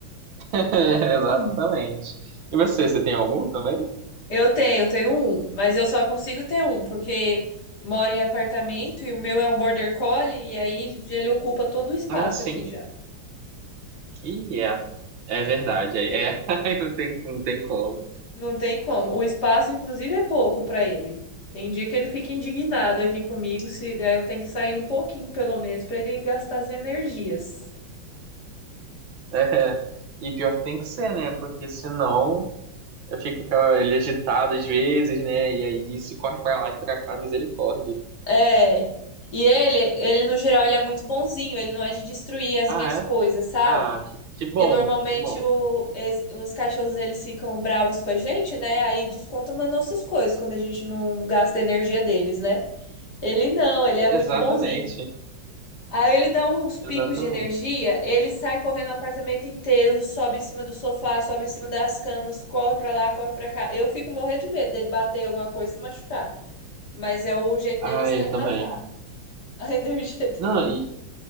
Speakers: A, on the right (about 70°); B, on the left (about 50°).
A: <laughs> Exatamente.
B: Hum.
A: E você, você tem algum também?
B: Eu tenho, eu tenho um, mas eu só consigo ter um, porque moro em apartamento e o meu é um border collie e aí ele ocupa todo o espaço
A: Ah, sim.
B: aqui já.
A: E é, é verdade, é, é. <laughs> aí não tem, não tem como.
B: Não tem como. O espaço, inclusive, é pouco pra ele. Tem dia que ele fica indignado aqui comigo, se aí eu tenho que sair um pouquinho, pelo menos, pra ele gastar as energias.
A: É. é. E pior que tem que ser, né? Porque senão fica aquela- ele agitado às vezes, né? E aí se corre pra lá e pra cá, misericórdia.
B: É. E ele, ele no geral, ele é muito bonzinho, ele não é de destruir as
A: Ah,
B: minhas coisas,
A: é?
B: sabe?
A: Ah, que, que bom,
B: Porque normalmente
A: que bom.
B: o, es- os cachorros eles ficam bravos com a gente, né? Aí descontam nas nossas coisas quando a gente não gasta a energia deles, né? Ele não, ele é
A: Exatamente,
B: muito bonzinho. Aí ele dá uns picos
A: exatamente.
B: de energia, ele sai correndo o apartamento inteiro, sobe em cima do sofá, sobe em cima das camas, corre pra lá, corre pra cá. Eu fico morrendo de medo dele bater em alguma coisa e se machucar. Mas é o jeito
A: Ah,
B: dele extravasar
A: eu também.
B: a <laughs> energia
A: Não,
B: dele.
A: e,